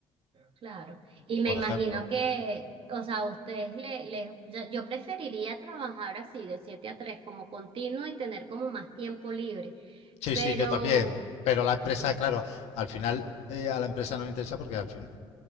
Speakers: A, on the right; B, on the left.
A: claro. Y me
B: por
A: imagino
B: ejemplo.
A: que, o sea, a ustedes le, le- yo yo preferiría trabajar así, de 7 a 3 como continuo y tener como más tiempo libre,
B: Sí,
A: pero
B: sí, yo también. Pero la empresa,
A: sí.
B: claro, al final eh, a la empresa no le interesa porque al fin